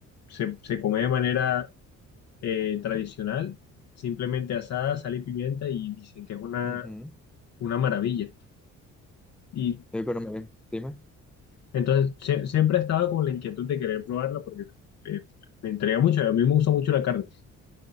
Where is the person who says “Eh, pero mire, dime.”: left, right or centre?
Centre